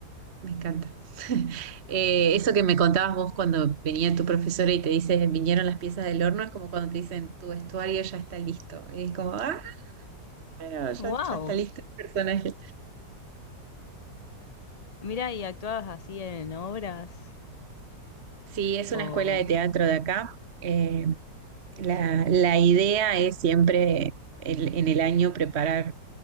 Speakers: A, on the right; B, on the left.
A: me encanta. <laughs> Eh, eso que me contabas vos cuando venía tu profesora y te dice, vinieron las piezas del horno, es como cuando te dicen, tu vestuario ya está listo. Y es como, ah, bueno, ya,
B: ¡Wow!
A: ya está listo el personaje.
B: Mira, ¿y actuabas así en obras?
A: Sí, es una
B: O,
A: escuela de teatro de acá. Eh, la, la idea es siempre el- en el año preparar